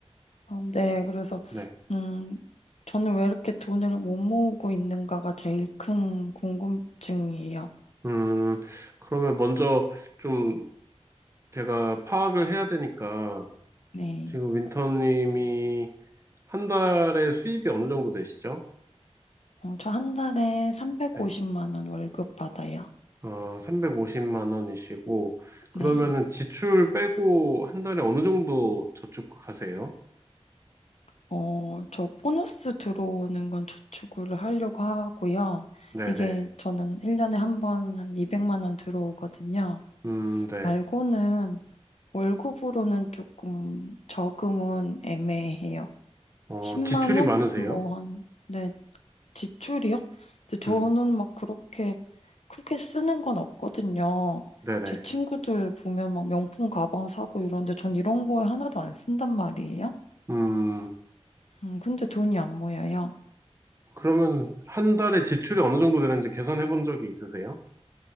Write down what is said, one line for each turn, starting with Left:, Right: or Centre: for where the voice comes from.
Left: 아, 네, 그래서,
Right: 네.
Left: 음, 저는 왜 이렇게 돈을 못 모으고 있는가가 제일 큰 궁금증이에요.
Right: 음, 그러면 먼저 좀 제가 파악을 해야 되니까
Left: 네.
Right: 지금 윈터님이 한 달에 수입이 어느 정도 되시죠?
Left: 어, 저 한 달에 350만
Right: 네.
Left: 원 월급 받아요.
Right: 어, 350만 원이시고 그러면은
Left: 네.
Right: 지출 빼고 한 달에 어느 정도 저축하세요?
Left: 어, 저 보너스 들어오는 건 저축을 하려고 하고요.
Right: 네네.
Left: 이게 저는 1년에 한 번 한 200만 원 들어오거든요.
Right: 음, 네.
Left: 말고는 월급으로는 조금 저금은 애매해요.
Right: 어,
Left: 10만
Right: 지출이
Left: 원?
Right: 많으세요?
Left: 뭐 한, 네, 지출이요? 근데 저는
Right: 음,
Left: 막 그렇게 크게 쓰는 건 없거든요.
Right: 네네.
Left: 제 친구들 보면 막 명품 가방 사고 이러는데 전 이런 거에 하나도 안 쓴단 말이에요.
Right: 음,
Left: 음, 근데 돈이 안 모여요.
Right: 그러면 한 달에 지출이 어느 정도 되는지 계산해 본 적이 있으세요?